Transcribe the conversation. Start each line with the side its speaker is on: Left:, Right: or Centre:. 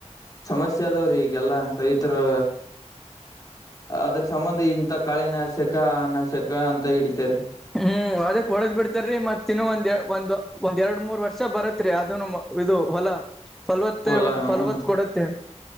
Left: ಸಮಸ್ಯೆ ಅದವ್ರಿ ಈಗೆಲ್ಲ ರೈತರು ಅದರ ಸಂಬಂಧ ಇಂಂತ ಕಾಳೆನಾಾಶಕ ಅ ನಾಶಕ ಅಂತ ಹಿಡಿತಾರೆ
Centre: ಹ್ಮ್ ಅದಕ್ ಹೊಡೆದ್ ಬಿಡ್ತಾರೀ ಮತ್ತ ಇನ್ನು ಒಂದ್ ಒಂದ್ ಒಂದ್ ಎರಡ್ ಮೂರ್ ವರ್ಷ ಬರತ್ರಿ ಅದನು ಇದು ಹೊಲ ಫಲವತ್ತೆ
Left: ಹೊಲಾ ಹಊನ್
Centre: ಫಲವತ್
Left: ರೀ
Centre: ಕೊಡತ್ತೆ